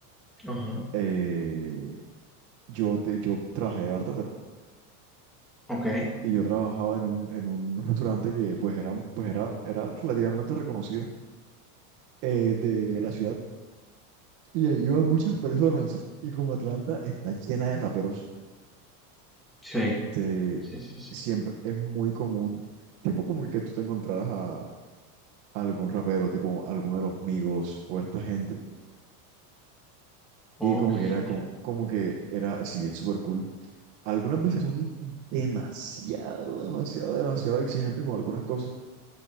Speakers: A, in the centre; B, on the right.
A: Ajá.
B: eh, yo, te- yo trabajé de bartender.
A: Ok.
B: y yo trabajaba en un, en un <laughs> restaurante que pues era, pues era, era relativamente reconocido eh, de la ciudad y ahí iban muchas personas y como Atlanta está llena de raperos,
A: Sí.
B: este,
A: Sí, sí, sí.
B: siempre es muy común, tipo como que, que tú te encontraras a, a algún rapero, tipo alguno de los Migos o esta gente
A: Oh,
B: y como
A: qué
B: que
A: genial.
B: era como, como que era, sí, es súper cool. Algunas veces son demasiado, demasiado, demasiado exigentes con algunas cosas,